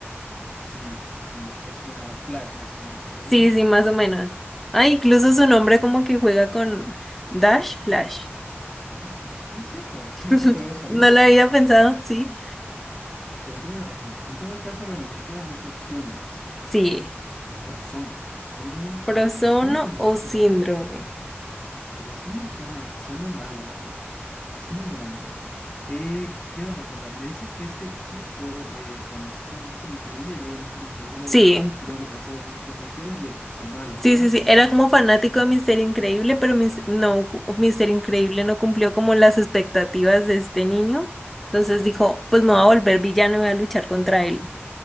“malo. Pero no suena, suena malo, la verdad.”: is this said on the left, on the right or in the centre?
Left